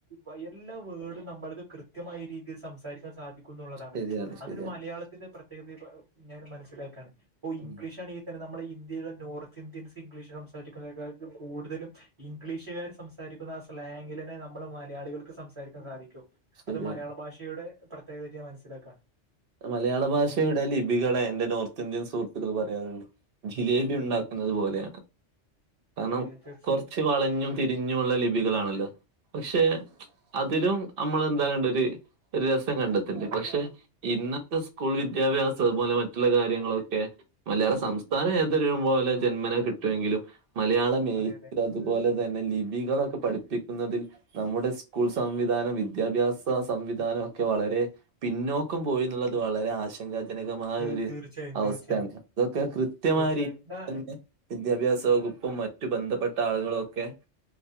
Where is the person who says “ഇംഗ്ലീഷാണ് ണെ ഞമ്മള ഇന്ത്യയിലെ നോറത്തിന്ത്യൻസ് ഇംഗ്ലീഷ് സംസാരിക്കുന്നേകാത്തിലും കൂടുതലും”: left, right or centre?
Right